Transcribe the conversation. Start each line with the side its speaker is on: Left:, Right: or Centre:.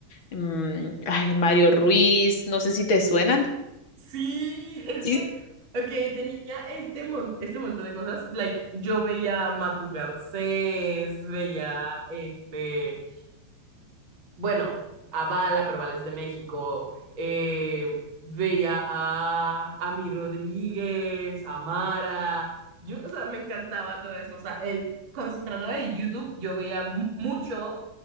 Left: mm, ay, Mario Ruiz, no sé si te suenan.
Right: Sí, es
Left: Sí,
Right: que, ok, tenía este, mon- este montón de cosas. Like, yo veía a Matu Garcés, veía este. Bueno, a Bala, pero Bala es de México. eh, veía a, a Mi Rodríguez, a Mara. Yo, o sea, me encantaba todo eso. O sea, el, cuando se trataba de YouTube, yo veía mu- mucho